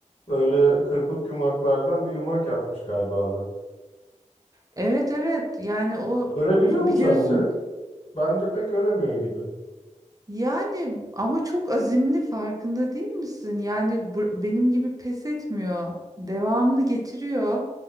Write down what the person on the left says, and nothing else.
böyle kırpık yumaklardan bir yumak yapmış galiba ona.
Örebiliyor
mu sence? Bence pek öremiyor gibi.